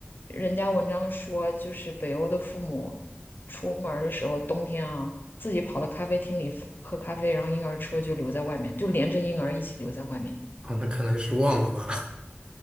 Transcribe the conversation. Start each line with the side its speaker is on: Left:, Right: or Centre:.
Left: 人家文章说，就是北欧的父母出门儿的时候，冬天啊，自己跑到咖啡厅里喝咖啡，然后婴儿车就留在外面，就连着婴儿一起留在外面。
Right: 啊，那可能是忘了吧。